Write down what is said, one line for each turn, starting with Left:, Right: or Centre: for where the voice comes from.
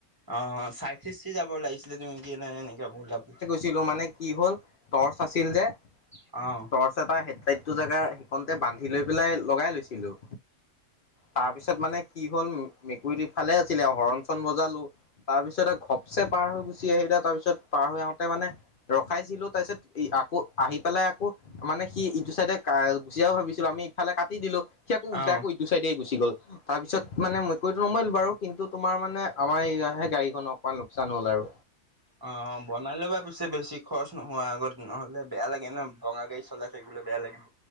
Right: অ', চাইথিছ যাব লাগিছিলে তুমি কি এনেকে ওলাব
Left: ছিলো মানে কি হ'ল টৰ্চ আছিল যে,
Right: অ
Left: টৰ্চ এটা হেডলাইটো জেগা সেইখনতে বান্ধি লৈ পেলাই লগাই লৈছিলোঁ। তাৰপিছত মানে কি হ'ল মেকুৰীটো ফালে, ছিলে হৰণ চন বজালো তাৰ পিছত ঘপচে পাৰ হৈ গুচি আহিলে। তাৰপিছত পাৰ হৈ আহোতে মানে ৰখাইছিলো তাৰ পিছত আকৌ আহি পেলাই আকৌ মানে সি ইটো চাইড, কাজিয়াও হল ভাবিছিলো আমি ইফালে কাটি দিলো সি আকৌ উলটা
Right: অ
Left: আকৌ ইটো চাইডে গুচি গ'ল। তাৰপিছত মানে মেকুৰীটো নমৰিল বাৰু কিন্তু তোমাৰ মানে আমাৰ ইয়াৰহে গাড়ীখন অকমান লোকচান হ'ল আৰু,
Right: অ বনাই ল'বা পিছে বেছি খৰচ নোহোৱা আগত নহ'লে বেয়া লাগে ন। ভঙা গাড়ী চলাই থাকিলে বেয়া লাগিব।